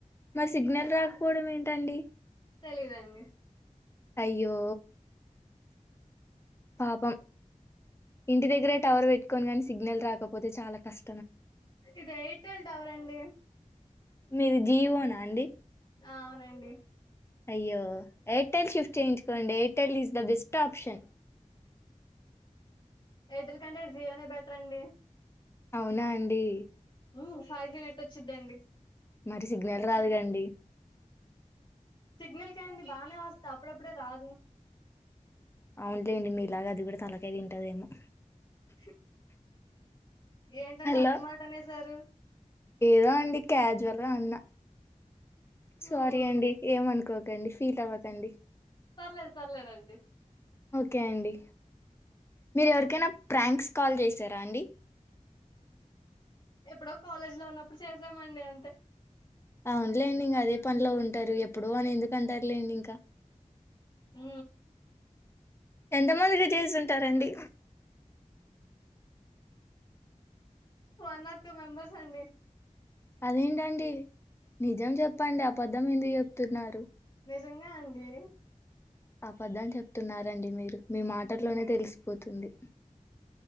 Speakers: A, on the left; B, on the left.
A: మరి సిగ్నల్ రాకపోవడం ఏంటండి
B: తెలియదు అండి
A: అయ్యో పాపం ఇంటి దగ్గరే టవర్ పెట్టుకొని కాని సిగ్నల్ రాకపోతే చాలా కస్
B: ఇదీ ఎయిర్టెల్ టవర్ అండి
A: మీదీ జీవోనా అండి
B: ఆ అవునండి
A: అయ్యో ఎయిర్టెల్ షిఫ్ట్ చేయించుకోండి Airtel is the best option
B: Airtel కంటే జియోనే బెటర్ అండి
A: అవునా అండి
B: హు ఫైవ్ జి నెట్ వచ్చిందండి
A: మరి సిగ్నల్ రాదుగా అండి
B: సిగ్నల్ కే అండి బాగానే వస్తా అప్పుడప్పుడే రాదు.
A: అవునులేండి. మీ ఇలాగ అది కూడా తలకాయ తింటదేమో
B: ష్ ఏంటండి
A: హలో
B: అంత మాట అనేసారు.
A: ఏదో అండి క్యాజువల్గా అన్నా
B: హ్మ్.
A: సారీ అండి ఏమ అనుకోవద్ అండి ఫీల్ అవ్వకండి.
B: పర్లేదు పర్లేదండి.
A: ఓకే అండి. మీరు ఎవరికైనా ప్ర్రాంక్స్ కాల్ చేసారా అండి.
B: ఎప్పుడో కాలేజ్ లో ఉన్నప్పుడు చేసామండి. అంతే
A: అవునులేండి. ఇంగా అదే పనిలో ఉంటారు. ఎప్పుడు అని ఎందుకు అంటారులేండి. ఇంకా
B: హ్
A: ఎంతమందికి చేసుంటారండి.
B: వన్ ఆర్ టూ మెంబర్స్ అండి.
A: అదేంటండి నిజం చెప్పండి. ఆ పద్దం ఎందుకు చెప్తున్నారు.
B: నిజంగా అండి
A: ఆపద్దం చెప్తున్నారండి. మీరు మీ మాటల్లోనే తెలిసిపోతుంది.